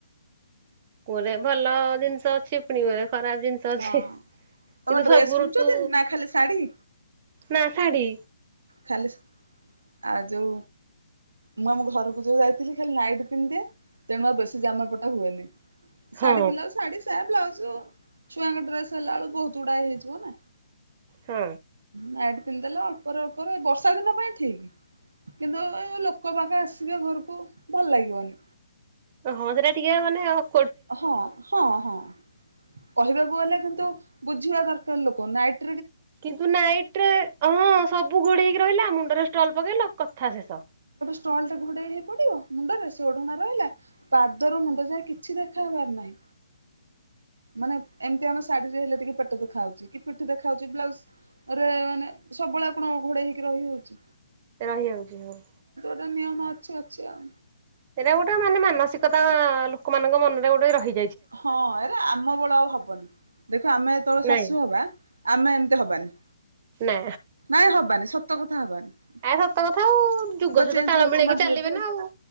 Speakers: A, on the right; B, on the right.
A: କୋରେ ଭଲ ଜିନିଷ ଅଛି ପୁଣି କୋରେ ଖରାପ ଜିନିଷ ଅଛି
B: ହଁ।
A: କିନ୍ତୁ
B: ତମେ ଡ୍ରେସ
A: ସବୁ
B: ପିନ୍ଧୁଛନ୍ତି
A: ଋତୁ
B: ନା ଖାଲି ଶାଢୀ
A: ନା ଶାଢ଼ୀ
B: ଖାଲି ଆ ଯଉ ମୁଁ ଆମ ଘରକୁ ଯୋଉ ଯାଇଥିଲି ଖାଲି ନାଇଟ୍ ପିନ୍ଧିଦିଏ ତେଣୁ ଆଉ ବେଶୀ ଜାମା ପଟା ହୁଏନି।
A: ହଁ
B: ସାଢି ପିନ୍ଧିଲାଉଜ ସାଢି ସାୟା ବ୍ଲାଉଜ ଛୁଆଙ୍କ ଡ୍ରେସ୍ ହେଲା ବେଳୁ ବହୁତ ଗୁଡାଏ ହେଇଯିବ ନା
A: ହଁ
B: ମା ପିନ୍‌ଦେଲେ ଅଳ୍ପରେ ଅଳ୍ପରେ ବର୍ଷା ଦିନ ପାଇଁ ଠିକ। କିନ୍ତୁ ଏ ଲୋକ ଵାକ ଆସିବେ ଘରକୁ ଭଲ୍ ଲାଗିବନି।
A: ଓ ହଁ ସେଟା ଟିକେ ମାନେ ଅ
B: ହଁ ହଁ ହଁ। କହିବାକୁ ଗଲେ କିନ୍ତୁ ବୁଝିବା ଦରକାର୍ ଲୋକ ନାଇଟ୍।
A: କିନ୍ତୁ ନାଇଟ୍ ରେ ହଁ ସବୁ ଘୋଡେଇକି ରହିଲା ମୁଣ୍ଡରେ ଷ୍ଟଲ ପକେଇଲ କଥା ଶେଷ।
B: ଷ୍ଟଲଟେ ଘୋଡେଇ ହେଇ ପଡିବ ମୁଣ୍ଡରେ ସେ ଓଢଣା ରହିଲା ପାଦରୁ ମୁଣ୍ଡ ଯାଏ କିଛି ଦେଖା ହବାର ନାହିଁ। ମାନେ ଏମ୍‌ତି ଆମ ଶାଢୀରେ ହେଲେ ଟିକେ ପେଟ ଦେଖାହୋଉଛି କି ପିଠି ଦେଖା ହୋଉଛି ବ୍ଲାଉଜ୍ ରେ ମାନେ ସବୁବେଳେ ଆଉ କଣ ଘୋଡେଇ ହେଇକି ରହିହୋଉଚି
A: ରହିଯାଉଚି ହଁ।
B: ତ ନିୟମ ଅଛି ଅଛି ଆଉ।
A: ସେଇଟା ଗୋଟେ ମାନେ ମାନସିକତା ଆ ଲୋକମାନଙ୍କ ମନରେ ଗୋଟେ ରହି
B: ହଁ ଏରେ ଆମ ବେଳେ ଆଉ ହବନି ଦେଖ ଆମେ ଯେତେବେଳେ
A: ନାଇଁ।
B: ଶାଶୁ ହବା ଆମେ ଏମିତି ହବାନି
A: ନା
B: ନାଇଁ ହବାନି ସତ କଥା ହବାନି।
A: ଆ ସତ କଥା ଆଉ ଯୁଗ ସହିତ
B: ଚେଞ୍ଜ
A: ତାଳ
B: ହଉଛି
A: ମିଳେଇକି
B: ନା ଧୀରେ
A: ଚାଲିବେ
B: ଧୀରେ।
A: ନା ଆଉ।